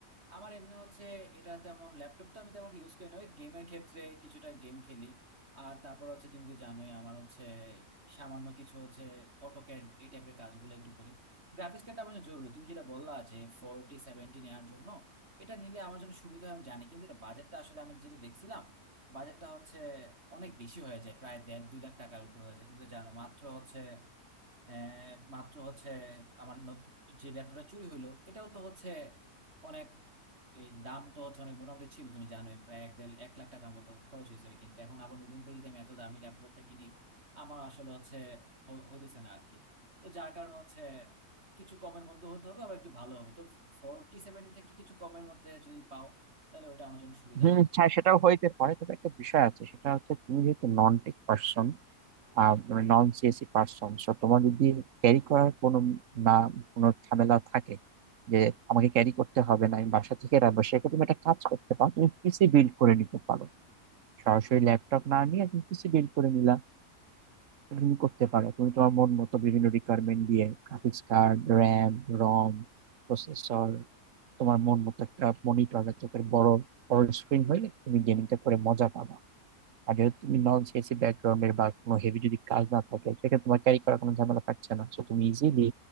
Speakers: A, on the right (about 45°); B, on the right (about 60°).
A: আমার এমনি হচ্ছে এটা তেমন ল্যাপটপ তো আমি তেমন ইউজ করি না ওই গেমের ক্ষেত্রে কিছুটা গেম খেলি আর তারপর হচ্ছে তুমি তো জানোই আমার হচ্ছে সামান্য কিছু হচ্ছে অটোক্যাড এই টাইপের কাজগুলো একটু করি গ্রাফিক্স কার্ডটা আমার জন্য জরুরি তুমি যেটা বললা যে ফোরটি সেভেন্টি নেওয়ার জন্য এটা নিলে আমার জন্য সুবিধা হয় আমি জানি কিন্তু এটা বাজেটটা আসলে আমি যেটা দেখছিলাম বাজেটটা হচ্ছে অনেক বেশি হয়ে যায় প্রায় দেড় দুই লাখ টাকার উপর হয়ে যায় তুমি তো জানো মাত্র হচ্ছে আহ, মাত্র হচ্ছে আমার নতুন যে ল্যাপটপটা চুরি হইলো এটাও তো হচ্ছে অনেক এই দাম তো হচ্ছে অনেক মোটামুটি ছিল তুমি জানোই প্রায় এক দেড় এক লাখ টাকার মতো খরচ হয়েছিল কিন্তু এখন আবার নতুন করে যদি আমি এত দামি ল্যাপটপটা কিনি আমার আসলে হচ্ছে হ- হইতেছে না আর কি তো যার কারণে হচ্ছে কিছু কমের মধ্যে হতে হবে আবার একটু ভালো হবে তো ফোরটি সেভেন্টি থেকে কিছু কমের মধ্যে যদি পাও তাহলে ওটা আমার জন্য সুবিধা
B: হুম
A: হয়
B: হ্যাঁ সেটাও হইতে পারে তবে একটা বিষয় আছে সেটা হচ্ছে তুমি যেহেতু নন টেক পার্সন মানে নন সিএসি পার্সন সো তোমার যদি ক্যারি করার কোনো না কোনো ঝামেলা থাকে যে আমাকে ক্যারি করতে হবে না আমি বাসা থেকে রাখবো সেক্ষেত্রে তুমি একটা কাজ করতে পারো তুমি পিসি বিল্ড করে নিতে পারো সরাসরি ল্যাপটপ না নিয়ে তুমি পিসি বিল্ড করে নিলা তুমি করতে পারো তুমি তোমার মন মতো বিভিন্ন রিকোয়ারমেন্ট দিয়ে graphics card RAM ROM processor তোমার মন মতো একটা মনিটর চোখের বড় বড় স্ক্রিন হইলে তুমি গেমিংটা করে মজা পাবা আর যেহেতু তুমি নন সিএসসি ব্যাকগ্রাউন্ডের বা কোনো হেভি যদি কাজ না থাকে সেক্ষেত্রে তোমার ক্যারি করার কোনো ঝামেলা থাকছে না সো তুমি ইজিলি